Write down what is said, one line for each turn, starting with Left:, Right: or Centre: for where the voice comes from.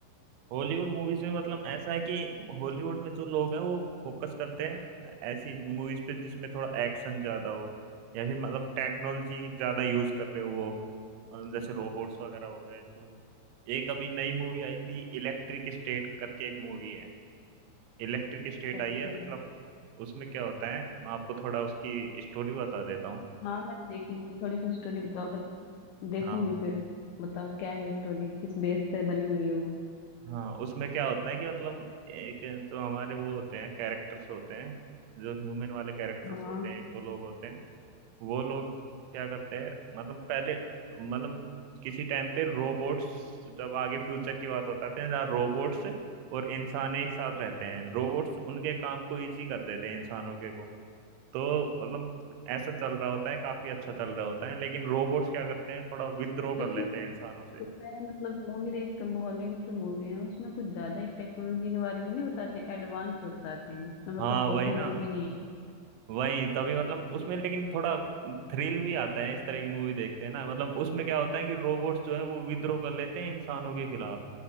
Right: हॉलीवुड मूवीज में मतलब ऐसा है कि हॉलीवुड में जो लोग हैं वो फोकस करते हैं ऐसी मूवीज पे जिसमें थोड़ा एक्शन ज्यादा हो या फिर मतलब टेक्नोलॉजी ज्यादा यूज कर रहे हो वो मतलब जैसे रोबोट्स वगैरह हो गए तो एक अभी नई मूवी आई थी इलेक्ट्रिक स्टेट करके एक मूवी है इलेक्ट्रिक स्टेट
Left: अच्छा
Right: आई है मतलब उसमें क्या होता है मैं आपको थोड़ा उसकी स्टोरी बता देता हूँ
Left: हाँ मैंने देखी नहीं थोड़ी सी स्टोरी बताओ अगर देखूंगी
Right: हाँ
Left: फिर बताओ क्या है स्टोरी किस बेस पे बनी हुई है वो
Right: हाँ उसमें क्या होता है कि मतलब एक तो हमारे वो होते हैं कैरेक्टर्स होते हैं जो ह्यूमन वाले कैरेक्टर्स
Left: हाँ
Right: होते हैं एक तो लोग होते हैं वो लोग क्या करते हैं मतलब पहले मतलब किसी टाइम पे रोबोट्स जब आगे फ्यूचर की बात बताते हैं जहाँ रोबोट्स और इंसान एक साथ रहते हैं रोबोट्स उनके काम को इजी कर देते हैं इंसानों के को तो मतलब ऐसा चल रहा होता है काफी अच्छा चल रहा होता है लेकिन रोबोट्स क्या करते हैं थोड़ा विद्रोह
Left: लेकिन
Right: कर लेते हैं इंसानों से
Left: तुम्हें मतलब मूवी देख हॉलीवुड जो मूवी है उसमें कुछ ज्यादा ही टेक्नोलॉजी के बारे में नहीं बताते हैं एडवांस बताते हैं जितना
Right: हाँ
Left: मतलब पॉसिबल
Right: वही ना
Left: भी नहीं
Right: वही तभी मतलब उसमें
Left: है
Right: लेकिन थोड़ा थ्रिल भी आता है इस तरह की मूवी देखते हैं ना मतलब उसमें क्या होता है कि रोबोट्स जो है वो विद्रोह कर लेते हैं इंसानों के खिलाफ